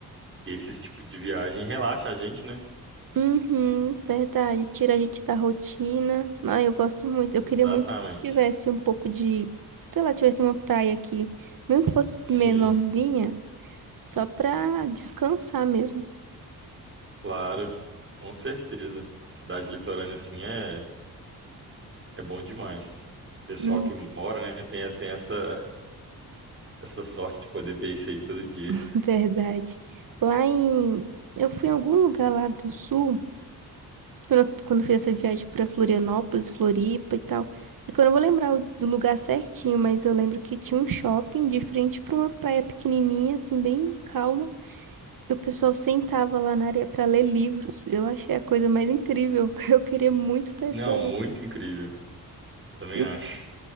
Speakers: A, on the right; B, on the right.
A: que esse tipo de viagem relaxa a gente, né?
B: Uhum, verdade. Tira a gente da rotina. Ah, eu gosto muito. Eu queria
A: Exatamente.
B: muito que tivesse um pouco de, sei lá, tivesse uma praia aqui, mesmo que fosse
A: Sim.
B: menorzinha, só pra descansar mesmo.
A: Claro, com certeza. Cidade litorânea assim é, é bom demais. Pessoal
B: Hum.
A: que mora, né, tem, tem essa, essa sorte de poder ver isso aí todo dia.
B: <laughs> Verdade. Lá em, eu fui em algum lugar lá do sul, quando eu quando eu fiz essa viagem pra Florianópolis, Floripa e tal. É que eu não vou lembrar o- do lugar certinho, mas eu lembro que tinha um shopping de frente pra uma praia pequenininha, assim, bem calma. E o pessoal sentava lá na areia para ler livros. Eu achei a coisa mais incrível. <laughs> Eu queria muito ter essa.
A: Não, muito incrível,
B: Sim,
A: também acho.